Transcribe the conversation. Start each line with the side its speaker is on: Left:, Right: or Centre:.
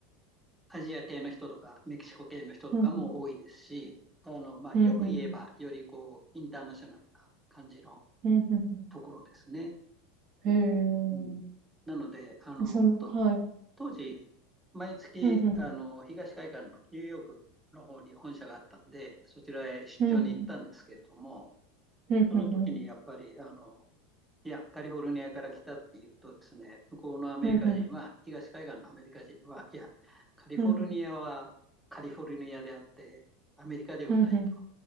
Centre: アジア系の人とか、メキシコ系の人とかも多いですし、
Right: うんうん。
Centre: あの、まあ、
Right: うん。
Centre: よく言えば、よりこう、インターナショナルな感じの
Right: うん、うん
Centre: ところですね。
Right: うん。
Centre: うん。
Right: へえ。
Centre: なので、あの、
Right: で、その、
Centre: と、
Right: はい。
Centre: 当時、毎月、
Right: ふんふん。
Centre: あの、東海岸のニューヨークの方に本社があったんで、そちらへ出張に行ったんですけれども、
Right: ふんふん。うんうんうん。
Centre: その時にやっぱり、あの、いや、カリフォルニアから来たっていうとですね、向こうのアメリカ人は、
Right: うんうん。
Centre: 東海岸のアメリカ人は、いや、カリフォルニアはカリフォルニアであって、
Right: うんうん。
Centre: アメリカではないと。
Right: うんんんん